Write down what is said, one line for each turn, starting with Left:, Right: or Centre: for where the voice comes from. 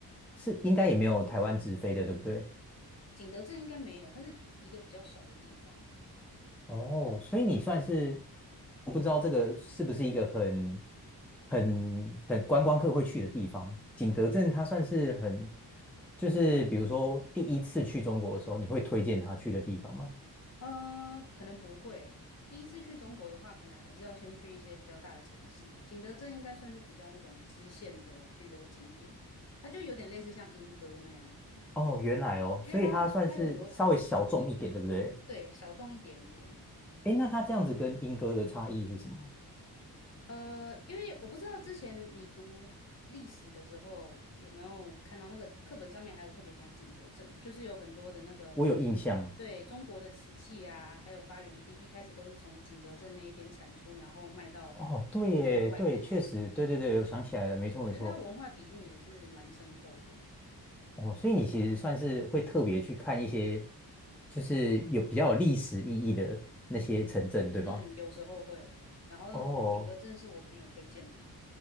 Centre: 是应该也没有台湾直飞的，对不对？
Left: 景德镇应该没有，它是一一个比较小的地方。
Centre: 哦，所以你算是我不知道这个是不是一个很很很观光客会去的地方。景德镇它算是很，就是比如说第一次去中国的时候，你会推荐他去的地方吗？
Left: 呃，可能不会。第一次去中国的话，可能还是要先去一些比较大的城市。景德镇应该算是比较那种支线的旅游景点，它就有点类似像莺歌那样子，
Centre: 哦，原来哦，
Left: 因为它会它有很多陶器，
Centre: 所以它算是稍微小众一点，对不对？
Left: 对，小众一点点。
Centre: 诶，那它这样子跟英哥的差异是什么？
Left: 呃，因为我不知道之前你读历史的时候有没有看到那个课本上面还有特别讲景德镇，就是有很多的那个
Centre: 我有印象。
Left: 对中国的瓷器啊，还有发源地，一开始都是从景德镇那一边产出，然后卖到
Centre: 哦，对耶，
Left: 就是外地去的。
Centre: 对，确实，对对对，我想起来了，没错没错。
Left: 对，所以它的文化底蕴也是蛮深厚的。
Centre: 哦，所以你其实算是会特别去看一些，就是有比较有历史意义的那些城镇，对吗？
Left: 嗯，有时候会。然后景德镇是我朋友推荐的嘛，
Centre: 哦，